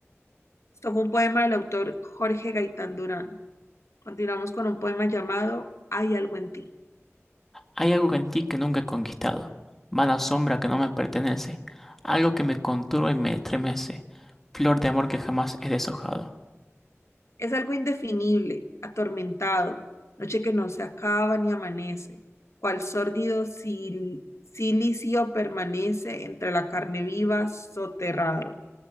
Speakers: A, on the left; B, in the centre.
A: Esto fue un poema del autor Jorge Gaitán Durán. Continuamos con un poema llamado Hay algo en ti.
B: Hay algo en ti que nunca he conquistado, vana sombra que no me pertenece, algo que me conturba y me estremece, flor de amor que jamás he deshojado.
A: Es algo indefinible, atormentado, noche que no se acaba ni amanece, cual sórdido sil- silicio permanece entre la carne viva soterrado.